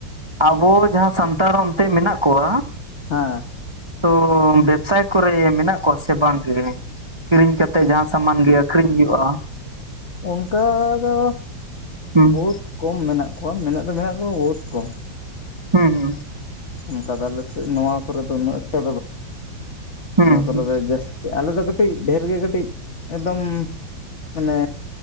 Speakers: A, on the right; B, on the left.
A: ᱟᱵᱚ ᱡᱟᱦᱟᱸ ᱥᱟᱱᱛᱟᱲ ᱚᱱᱛᱮ ᱢᱮᱱᱟᱜ ᱠᱚᱣᱟ
B: ᱦᱮᱸᱺ
A: ᱛᱚ ᱵᱮᱵᱽᱥᱟᱭ ᱠᱚᱨᱮ ᱢᱮᱱᱟᱜ ᱠᱚᱣᱟ ᱥᱮ ᱵᱟᱝ ᱜᱮ? ᱠᱤᱨᱤᱧ ᱠᱟᱛᱮᱜ ᱡᱟᱦᱟᱸ ᱥᱟᱢᱟᱱ ᱜᱮ ᱟᱹᱠᱷᱨᱤᱧ ᱦᱩᱭᱩᱜ-ᱟ᱾
B: ᱚᱱᱠᱟ ᱫᱚ
A: ᱦᱩᱸ
B: ᱵᱚᱦᱩᱛ ᱠᱚᱢ ᱢᱮᱱᱟᱜ ᱠᱚᱣᱟ᱾ ᱢᱮᱱᱟᱜ ᱫᱚ ᱢᱮᱱᱟᱜ ᱠᱚᱣᱟ ᱵᱚᱦᱩᱛ ᱠᱚᱢ᱾
A: ᱦᱩᱸ ᱦᱩᱸ᱾
B: ᱚᱱᱠᱟ ᱫᱚ ᱟᱞᱮ ᱥᱮᱫ ᱱᱚᱣᱟ ᱠᱚᱨᱮ ᱫᱚ ᱩᱱᱟᱹᱜ ᱮᱠᱴᱟ᱾
A: ᱦᱩᱸ
B: ᱱᱚᱣᱟ ᱠᱚᱫᱚ
A: ᱦᱩᱸ
B: ᱵᱮᱜᱡᱟᱹᱥ ᱟᱞᱮ ᱫᱚ ᱠᱟᱹᱴᱤᱡ ᱰᱷᱮᱨ ᱜᱮ ᱠᱟᱹᱴᱤᱡ ᱮᱠᱫᱚᱢ ᱢᱟᱱᱮ